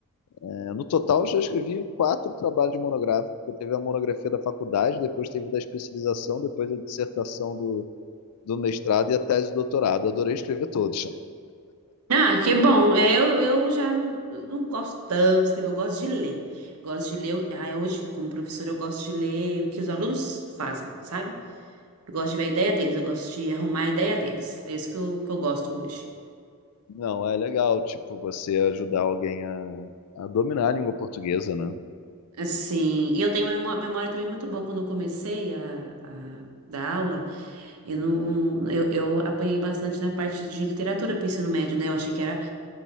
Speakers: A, on the left; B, on the right.
A: É, No total, eu já escrevi quatro trabalhos monográficos. Eu teve a monografia da faculdade, depois teve da especialização, depois a dissertação do, do mestrado e a tese do doutorado. Eu Adorei escrever todos.
B: Ah, que bom. É, eu, eu já não, eu não gosto tanto de escrever, eu gosto de ler. Gosto de ler. eu- Ah, hoje, como professora, eu gosto de ler o que os alunos fazem, sabe? Eu gosto de ver a ideia deles, eu gosto de arrumar a ideia deles. É isso que eu, que eu gosto hoje.
A: Não, é legal, tipo, você ajudar alguém a, a dominar a língua portuguesa, né?
B: Assim, e eu tenho uma memó- memória também muito boa. Quando eu comecei a, a dar aula, eu não, eu, eu apanhei bastante na parte de literatura para o ensino médio, né? Eu achei que era